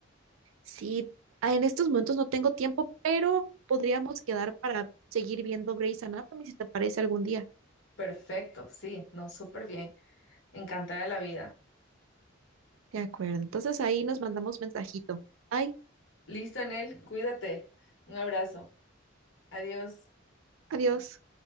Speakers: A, on the right; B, on the left.
A: Sí, ah, en estos momentos no tengo tiempo, pero podríamos quedar para seguir viendo Grey's Anatomy si te parece algún día.
B: Perfecto, sí, no, súper bien. Encantada de la vida.
A: De acuerdo, entonces ahí nos mandamos mensajito. Bye,
B: Listo, Anel, cuídate. Un abrazo. Adiós.
A: adiós.